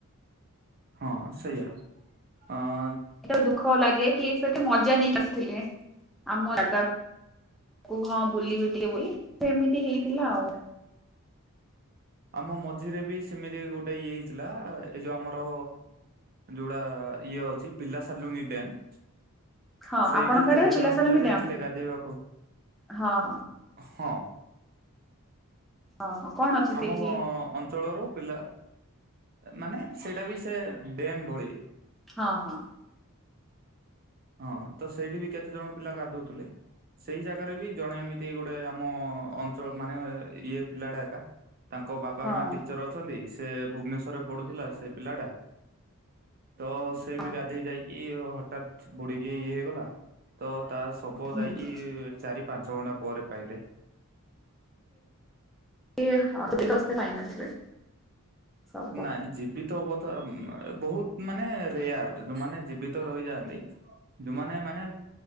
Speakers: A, on the right; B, in the centre.
A: ହଁ ସେଇଆ ଅଁ।
B: ଏଟା ଦୁଃଖ ଲାଗେ କି ସେଠି ମଜା ନେଇକି ଆସିଥିଲେ। ଆମ ଜାଗାକୁ ହଁ ବୁଲିବେ ଟିକେ ବୋଲି ତ ଏମିତି ହେଇଥିଲା ଆଉ।
A: ଆମ ମଝିରେ ବି ସେମିତି ଗୋଟେ ଇଏ ହେଇଥିଲା ଏଇ ଯୋଉ ଆମର। ଯୋଉଟା ଇଏ ଅଛି ପିଲା ସର୍ଲୁନି ଡ୍ୟାମ।
B: ହଁ
A: ସେଇଠି
B: ଆପଣଙ୍କ ଆଡେ
A: ଚାରି
B: ଅଛି
A: ଜଣ
B: ପିଲାସାଲୁଙ୍ଗି
A: ପିଲା ଯାଇଥିଲେ
B: ଡ୍ୟାମ୍?
A: ଗାଧେଇବାକୁ।
B: ହଁ
A: ହଁ।
B: ହଁ ହଁ କଣ ଅଛି ସେ।
A: କୋଉ ଅଞ୍ଚଳରୁ ପିଲା ମାନେ ସେଇଟା ବି ସେ ଡ୍ୟାମ୍ ଭଳି।
B: ହଁ ହଁ।
A: ହଁ ତ ସେଇଠି ବି କେତେ ଜଣ ପିଲା ଗାଧଉଥିଲେ ସେଇ ଜାଗାରେ ବି ଜଣେ ଏମିତି ଗୋଟ ଗୋଟେ ଆମ ଅଞ୍ଚଳ ମାନେ ଇଏ ପିଲାଟା ଏକା ତାଙ୍କ ବାପା
B: ହଁ।
A: ମା ଟିଚର ଅ ଅଛନ୍ତି ସେ ଭୁବନେଶ୍ଵରରେ ପଢୁଥିଲା ସେ ପିଲାଟା। ତ ସେ
B: ହଁ
A: ବି ଗାଧେଇ ଯାଇକି ହଠାତ ବୁଡିକି ଇଏ ହେଇଗଲା। ତ ତା ସବ
B: ହୁଁ
A: ଯାଇକି ଚାରି ପାଞ୍ଚ ଘଣ୍ଟା ପରେ ପାଇଲେ।
B: କି ହଁ ତ ଶେ ପାଇନଥିବେ। ସବୁ
A: ନାଇଁ ଯିବି ତ ବଥ ବହୁତ ମାନେ ରେୟାର। ଯୋଉମାନେ ଜୀବିତ ରହିଯାଆନ୍ତି ଯୋଉମାନେ ମାନେ।